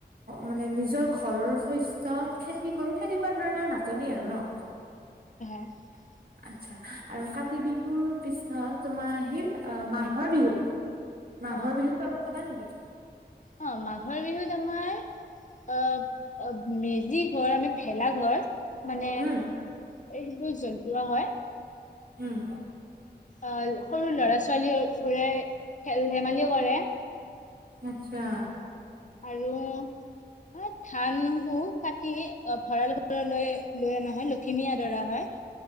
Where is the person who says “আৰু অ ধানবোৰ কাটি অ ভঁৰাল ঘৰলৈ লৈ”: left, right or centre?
Left